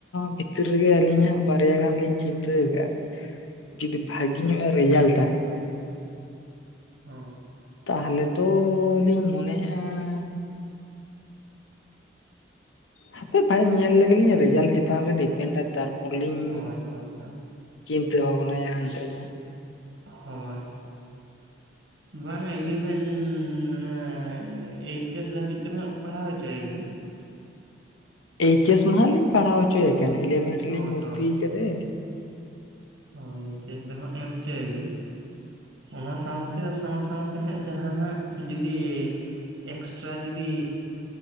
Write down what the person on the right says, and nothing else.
<inaudible>
ᱦᱚᱸ
ᱦᱳᱭ ᱦᱳᱭ ᱦᱳᱭ
ᱦᱳᱭ ᱵᱟᱝ-ᱟ ᱤᱞᱤᱵᱷᱮᱱ ᱚᱱᱟ ᱮᱭᱤᱪᱮᱥ ᱫᱷᱟᱹᱵᱤᱡ ᱫᱚ ᱦᱟᱸᱜ ᱯᱟᱲᱦᱟᱣ ᱦᱚᱪᱚᱭᱮᱵᱤᱱ
ᱦᱳᱭ
ᱦᱳᱭ
ᱦᱳᱭ ᱮᱭᱤᱪ ᱮᱥ ᱫᱚ ᱦᱟᱜ ᱮᱢ ᱚᱪᱚᱭᱮᱵᱤᱱ ᱚᱱᱟ ᱥᱟᱶᱛᱮ ᱥᱟᱶ ᱥᱟᱶᱛᱮ ᱦᱟᱸᱜ ᱡᱟᱦᱟᱸ ᱦᱟᱸᱜ ᱡᱩᱫᱤ ᱮᱠᱥᱴᱨᱟ ᱡᱩᱫᱤ